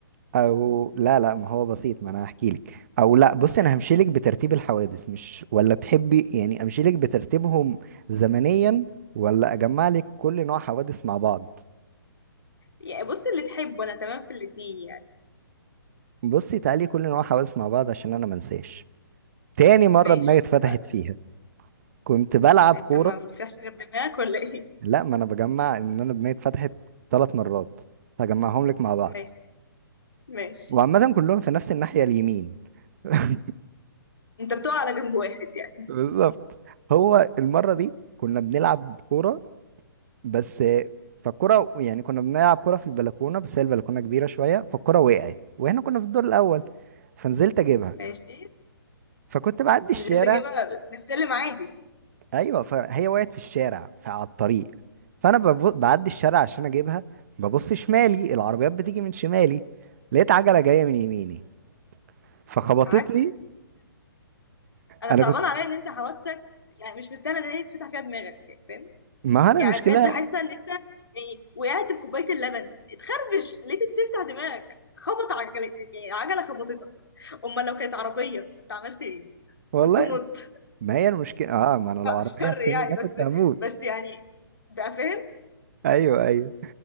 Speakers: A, on the right (about 45°); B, on the left (about 85°).
A: او لا لا ما هو بسيط ما انا هحكي لك او لا بصي انا
B: احكي
A: همشي لك بترتيب الحوادث مش ولا تحبي يعني امشي لك بترتيبهم زمنيا ولا اجمع لك كل نوع حوادث مع بعض
B: لي يعني بص اللي تحبه انا تمام في الاتنين يعني
A: بصي تعالي كل نوع حوادث مع بعض عشان انا منساش تاني مره
B: ماشي
A: دماغي اتفتحت
B: اتفقنا
A: فيها كنت بلعب
B: انت
A: كوره
B: ما بتفيهاش غير دماغك ولا ايه
A: لا ما انا بجمع ان انا دماغي اتفتحت ثلاث مرات هجمعهم لك مع بعض
B: <laughs> ماشي ماشي
A: وعامة كلهم في نفس الناحية اليمين <laughs>
B: انت بتقع على جنب واحد يعني
A: بالظبط هو المرة دي كنا بنلعب كورة بس فالكورة يعني كنا بنلعب كورة في البلكونة بس هي البلكونة كبيرة شوية فالكورة وقعت واحنا كنا في الدور الأول فنزلت أجيبها
B: ماشي
A: فكنت بعدي الشارع
B: نزلت اجيبها من السلم عادي
A: أيوة فهي وقعت في الشارع فعلى الطريق فأنا بب- بعدي الشارع عشان أجيبها ببص شمالي العربيات بتيجي من شمالي لقيت عجلة جاية من يميني فخبطتني
B: عجلة انا
A: انا
B: صعبان
A: كنت
B: عليا ان انت حوادثك يعني مش مستاهله ان هي تفتح فيها دماغك يعني فاهم
A: ما هو انا
B: يعني
A: المشكله
B: بجد حاسه ان انت يعني وقعت بكوبايه اللبن اتخربش ليه تفتح دماغك خبط عجلك يعني عجله خبطتك امال لو كانت عربيه كنت عملت ايه
A: والله
B: كنت مت
A: ما هي المشكله اه ما انا لو
B: بعد
A: عربيه
B: الشر
A: في سني
B: يعني
A: ده
B: بس
A: كنت هموت
B: بس يعني بقى فاهم
A: ايوه ايوه